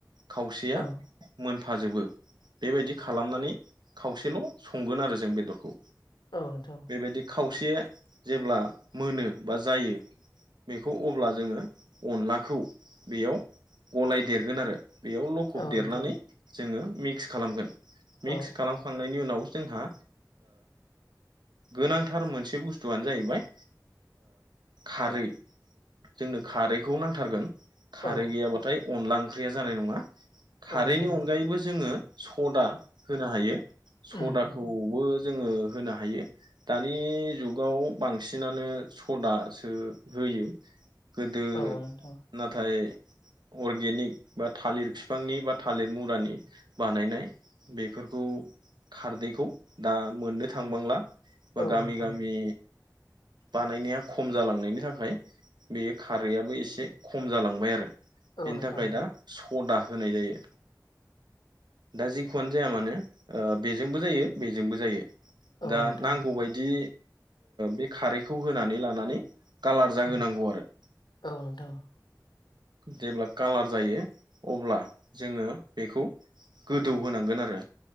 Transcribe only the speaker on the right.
खावसेआ
मोन फाजोबो बेबायदि खालामनानै खावसेल' संगोन आरो जों बेदरखौ
बेबायदि खावसे जेब्ला मोनो बा जायो बेखौ अब्ला जोङो अनलाखौ बेयाव गलाय देरगोन आरो बेयाव लखब
देरनानै
जोङो। मिक्स खालामगोन मिक्स
खालामखांनायनि उनाव जोंहा गोनांथार मोनसे बुस्थुआनो जाहैबाय खारै जोंनो खारैखौ नांथारगोन खारै
गैयाब्लाथाय अनला ओंख्रिया जानाय नङा खारैनि
अनगायैबो जोङो सदा होनो हायो सदाखौबो
जो हायो द जुगाव बांसिनानो सदासो फयो गोदो
नाथाय अर्गेनिक बा थालिर बिफांनि बा थालिर मुरानि बानायनाय बेफोरखौ खारदैखौ दा मोननो थांबांला बा
गामि
गामि बानायनाया खम जालांनायनि थाखाय बे खारैआाबबो एसे खम जालांबाय आरो
बेनि
थाखाय दा सदा होनाय जायो दा जिखुआनो जाया मानो बेजोंबो जायो बेजोंबो जायो
दा
नांगौबायायदि बे खारैखौ होनानै लानानै कालार जाहोनांगौ
आरो।
जेब्ला कालार जायो अब्ला जोङो बेखौ गोदौ होनांगोन आरो